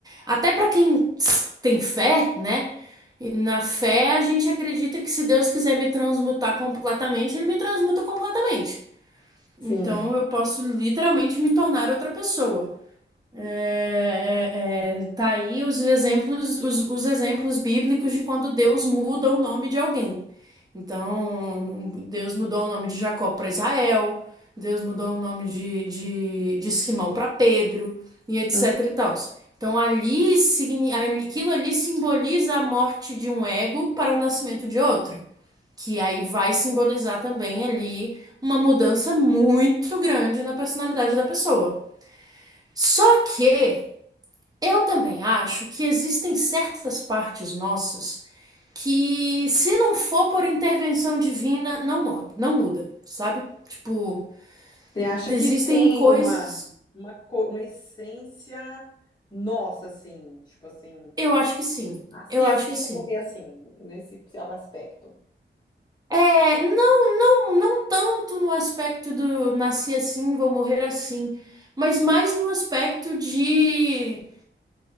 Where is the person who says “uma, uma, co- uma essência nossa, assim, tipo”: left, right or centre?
Left